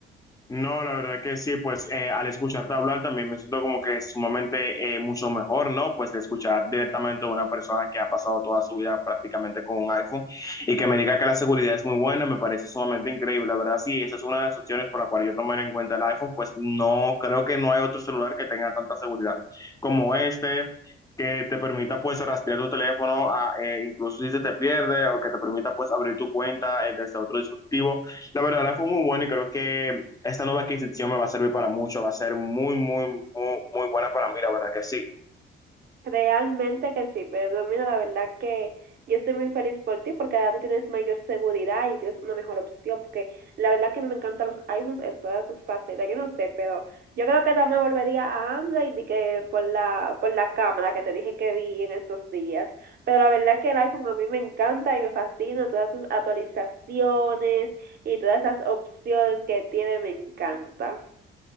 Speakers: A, on the left; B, on the right.
A: No, la verdad que sí, pues eh, al escucharte hablar también me siento como que es sumamente eh, mucho mejor, ¿no? Pues de escuchar directamente a una persona que ha pasado toda su vida prácticamente con un iPhone y que me diga que la seguridad es muy buena, me parece sumamente increíble, la verdad sí, esa es una de las opciones por la cual yo tomaré en cuenta el iPhone, pues no, creo que no hay otro celular que tenga tanta seguridad como este que te permita pues rastrear tu teléfono, a- eh, incluso si se te pierde, o que te permita pues abrir tu cuenta eh, desde otro dispositivo. La verdad, fue muy bueno y creo que esta nueva adquisición me va a servir para mucho, va a ser muy, muy, muy, muy buena para mí, la verdad que sí.
B: Realmente que sí, pero mira, la verdad que yo estoy muy feliz por ti porque ahora tú tienes mayor seguridad y tienes una mejor opción porque la verdad que me encantan los iPhones en todas sus facetas, yo no sé, pero yo creo que también volvería a Android y que por la, por la cámara que te dije que vi en estos días, pero la verdad que el iPhone a mí me encanta y me fascina, todas sus actualizaciones y todas esas opciones que tiene me encanta.